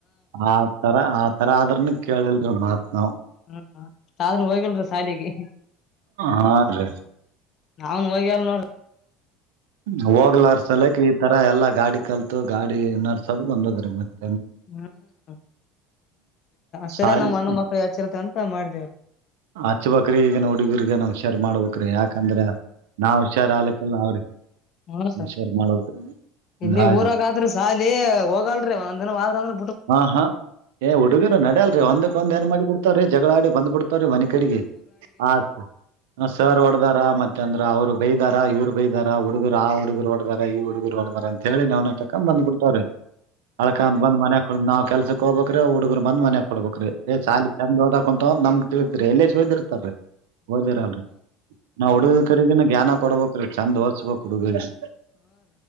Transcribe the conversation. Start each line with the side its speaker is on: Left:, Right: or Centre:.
Right: ಆ ತರ ಆ ತರ ಅದ್ರನು ಕೇಳಿಲ್ರ ಮಾತ್ ನಾವು
Left: ಹಾ ಸಾಧನ್ ಹೋಗಣರ ಶಾಲಿಗೆ
Right: ಹಾ ರೀ
Left: ನಾನ್ ಹೋಗಿ ಅಲ್ ನೋಡ್ರಿ
Right: ಹೋಗ್ಲರ್ಸಲಕ್ ಈ ತರ ಎಲ್ಲಾ ಗಾಡಿ ಕಲ್ತು ಗಾಡಿ ನರ್ತ ಸದ ಬಂದದ್ರೀ ಮತ್ತೆ
Left: ಹ್ಮ ಸರಿ
Right: ಸಾಲಿ
Left: ನಮ್ಮ್ ಅಣ್ಣ ಮಕ್ಳು ಯಚ್ಚಿರುತ್ ಮಾಡ್ದೆ
Right: ಅಚ್ಚ ಬಕ್ರ ಈಗ ನೋುಡುಗರ್ರಿಗೆಗ ನಷರ್ ಮಾಡ್ಬದು ಯಾಕಂದ್ರ ನಾ ಹುಷಾರ್ ಆಲಕ್ಕಲ್ಲ ಅವ್ರಿ
Left: ಹ್ಮ
Right: ಹುಷಾರ್ ಮಾಡಬೇಕು ಹಿಂಗಾಗಿ
Left: ಇಲ್ಲಿ ಊರಾಗಾದ್ರೂ ಸಾಲಿ ಹೋಗಲ್ರಿ ಒಂದ್ ದಿನವಾದ್ರ ಅಂದ್ರ
Right: ಹಾ ಹಾ ಏ ಹುಡುಗಿರು ನಡ್ಯಲ್ರಿೀ ಒಂದಕ್ ಒಂದ ಏನ್ ಮಾಡಿ ಬಿಡ್ತವ್ರೀ ಜಗಳಾಡಿ ಬಂದ್ಬ ಬಿಡ್ತವ್ರೀ ಮನ ಕಡೆಗೆ ಆ ಸರ್ ಹೊಡದಾರ ಮತ್ತೆ ಅಂದ್ರ ಅವ್ರು ಬೈದಾರ ಇವ್ರು ಬೈದಾರ ಹುಡುಗರು ಆ ಹುಡುಗರು ಡಾರ ಈ ಹುಡುಗರು ಡಾರ ಅಂತ ಹೇಳಿ ನಾವ್ ನಟಕ ಬ್ಬ ಬಿಡ್ತಾವ್ರೀ ಅಳ್ಕಂತ ಬಂದ ಮನ ನಾವು ಕೆಲ್ಸಕ್ ಹೋಗಬೇಕ್ರ ಹುಡುಗರು ಬಂದ ಮನೆ ಕೊಡ್ಬೇಕ್ರೀ ಾಲಿ ಚಂದ ನಮ್ ತಿಳಿದ್ರ ಎ ಹೋದಿರ್ತಲ್ರಿ ಹಓದಿರಲ್ರರಿ ನಾವ್ ಹುಡುಗ ಕಡೆಗಿನ ಜ್ಞಾನ ಕೊಡ್ಬೇಕ್ರೀ ಚಂದ ಓರ್ಸ್ಬೇಕಕ್ ಹುಡುಗರಿ ಅ